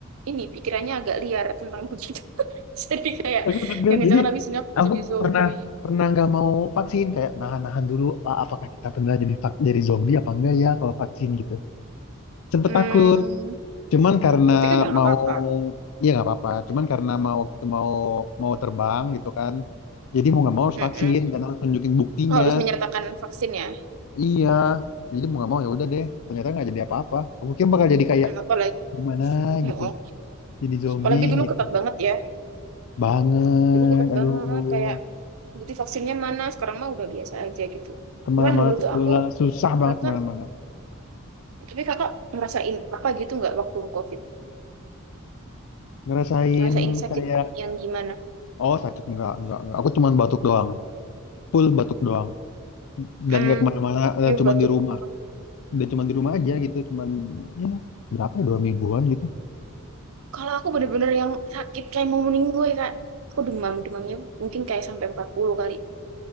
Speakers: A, on the right; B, on the left.
A: ini pikirannya agak liar tentang begitu <laughs> jadi kayak
B: Aku pikir,
A: jangan-jangan
B: Jadi
A: habis ini aku
B: aku
A: jadi zombie
B: pernah pernah nggak mau vaksin kayak nahan-nahan dulu ah, apakah kita benar jadi vak- jadi zombie apa enggak ya kalau vaksin gitu. Sempet
A: hmm
B: takut. Cuman karena
A: tapi kan ya nggak
B: mau
A: apa-apa
B: iya nggak apa-apa. Cuman karena mau waktu itu mau mau terbang gitu kan. Jadi mau nggak mau harus
A: Mm-mm.
B: vaksin dan harus tunjukin buktinya.
A: harus menyertakan vaksin ya
B: Iya. Jadi mau nggak mau ya udah deh. Ternyata nggak jadi apa-apa. Aku kira bakal jadi kayak
A: Hmm, apalagi
B: gimana
A: Mm-mm.
B: gitu. Jadi zombie
A: apalagi dulu
B: gitu.
A: ketat banget ya
B: Banget.
A: dulu ketat
B: Aduh.
A: banget kayak bukti vaksinnya mana sekarang mah udah biasa aja gitu
B: Kemana-mana
A: cuman dulu
B: tertular.
A: tuh aku
B: Susah banget
A: kakak
B: kemana-mana.
A: tapi kakak ngerasain apa gitu nggak waktu covid
B: Ngerasain
A: ngerasain sakit
B: kayak
A: yang gimana
B: oh sakit enggak enggak enggak. Aku cuman batuk doang. Full batuk doang.
A: hmm,
B: Dan nggak kemana-mana
A: pure
B: dan cuman
A: batu
B: di
A: doang.
B: rumah. udah cuman di rumah aja gitu cuman ya berapa ya dua mingguan gitu
A: kalau aku bener-bener yang sakit kayak mau meninggal kak aku demam demamnya mungkin kayak sampai 40 kali